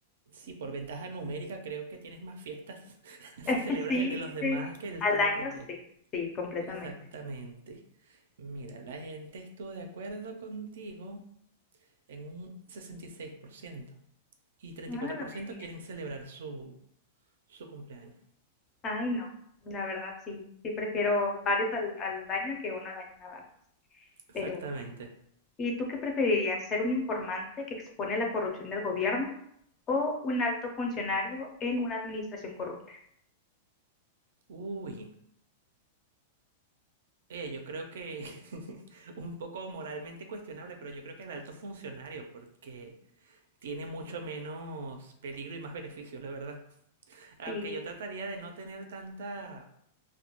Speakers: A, on the right; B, on the left.
A: Sí, por ventaja numérica creo que tienes más fiestas <laughs>
B: <laughs>
A: si celebras
B: Sí,
A: el de los
B: sí,
A: demás
B: sí.
A: que el
B: Al
A: tuyo
B: año
A: propio.
B: sí, sí, completamente.
A: Exactamente. Mira, la gente estuvo de acuerdo contigo en un sesenta y seis por por ciento y y treinta
B: Ah,
A: y cuatro
B: la
A: por
B: mayoría.
A: ciento quieren celebrar su, su cumpleaños.
B: Ay, no. La verdad sí, sí prefiero varios al, al año que uno al año nada más.
A: Exactamente.
B: Pero bueno. ¿Y tú qué preferirías, ser un informante que expone la corrupción del gobierno o un alto funcionario en una administración corrupta?
A: Uy, Oye, yo creo que <laughs> un poco moralmente cuestionable, pero yo creo que el alto funcionario, porque tiene mucho menos peligro y más beneficios, la verdad. Aunque
B: Sí,
A: yo trataría de no tener tanta,